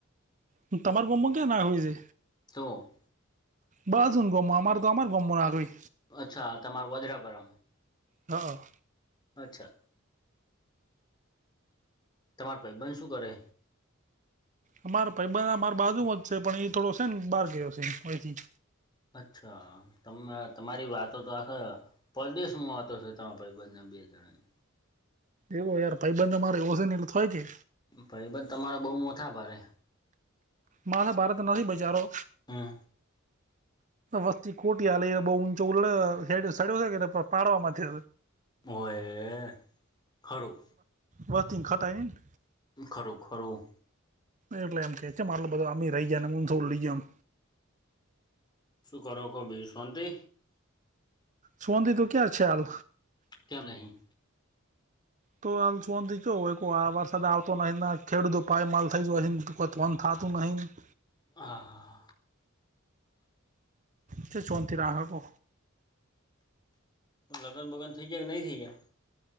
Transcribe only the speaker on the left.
તો
અચ્છા તમાર વોદરાપરામ.
અચ્છા, તમાર ભઈબંધ શું કરે?
અચ્છા તમ તમારી વાતો તો આખ પરદેશમાં વાતો છે તમાર ભઈબંધને બે જણાની.
ભઈબંધ તમારા બહુ મોથા ભારે.
હમ
હોયે ખરું.
ખરું ખરું.
શું કરો કો બીજું શોન્તિ?
કેમ નહીં?
હા હા.
લગન બગન થઈ ગયા કે નહીં થઈ ગયાં?